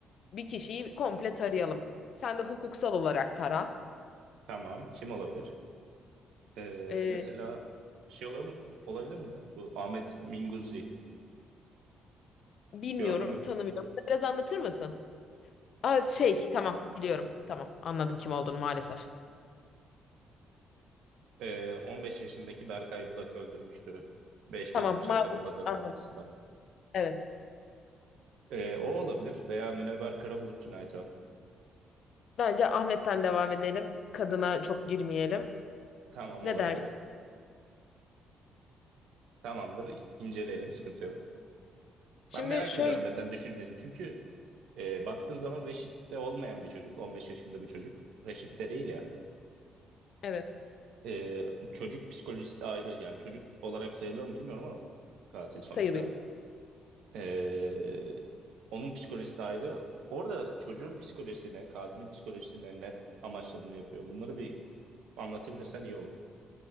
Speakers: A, on the left; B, on the right.
A: Bir kişiyi komple tarayalım. Sen de hukuksal olarak tara.
B: Tamam. Kim olabilir? Ee,
A: Ee,
B: mesela şey olabilir, olabilir mi? Bu Ahmet Minguzzi.
A: bilmiyorum,
B: Gördün mü?
A: tanımıyorum. Biraz anlatır mısın? Aa, şey,
B: E,
A: tamam, biliyorum. Tamam, anladım kim olduğunu maalesef.
B: Ee, 15 yaşındaki Berkay Bulak öldürmüştü. beş kez
A: Tamam,
B: bıçakladı
A: maalesef
B: pazarın
A: anladım.
B: ortasında.
A: Evet.
B: Ee, o olabilir. Veya Münevver Karabulut cinayeti var.
A: Bence Ahmet'ten devam edelim. Kadına çok girmeyelim.
B: Tamam
A: Ne
B: olabilir.
A: dersin?
B: Tamamdır. inceleyelim. Sıkıntı yok.
A: Şimdi
B: Ben merak
A: şöyle,
B: ediyorum mesela düşünceni. Çünkü e, baktığın zaman Reşit'te olmayan bir çocuk. 15 yaşında bir çocuk. Reşit değil ya.
A: evet,
B: Ee, çocuk psikolojisi de ayrı. Yani çocuk olarak sayılıyor mu bilmiyorum ama katil sonuçta.
A: sayılıyor.
B: Ee, onun psikolojisi de ayrı. Orada çocuğun psikolojisine, katilin psikolojisine ne amaçla bunu yapıyor? Bunları bir anlatabilirsen iyi olur.